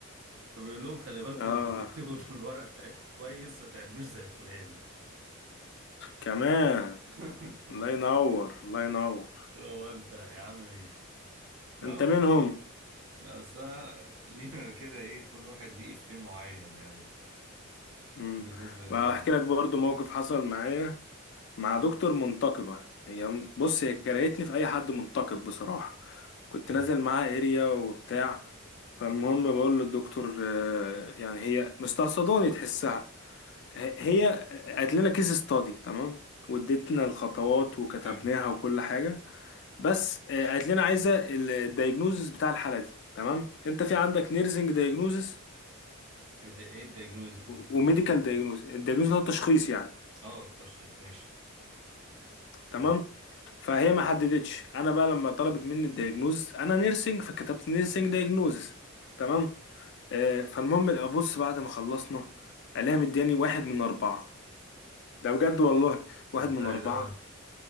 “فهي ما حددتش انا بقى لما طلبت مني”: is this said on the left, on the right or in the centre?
Left